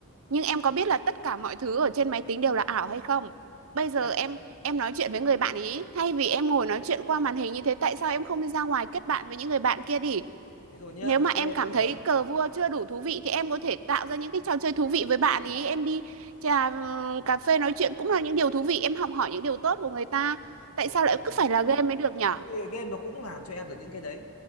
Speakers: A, on the right; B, on the left.
A: Nhưng em có biết là tất cả mọi thứ ở trên máy tính đều là ảo hay không? Bây giờ
B: thì em
A: em em nói chuyện với người bạn ý, thay vì em ngồi nói chuyện qua màn hình như thế, tại sao em không đi ra ngoài kết bạn với những người bạn kia đi?
B: thế rồi nhá
A: Nếu
B: ok
A: mà em
B: được
A: cảm
B: rồi
A: thấy cờ vua chưa đủ thú vị thì em có thể tạo ra những cái trò chơi thú vị với bạn
B: thế bây
A: ý,
B: giờ
A: em đi trà ừm, cà phê nói chuyện cũng là những điều thú vị, em học hỏi những điều tốt của người ta. Tại
B: không
A: sao lại
B: em
A: cứ phải là game mới được nhở?
B: cái game nó cũng làm cho em được những cái đấy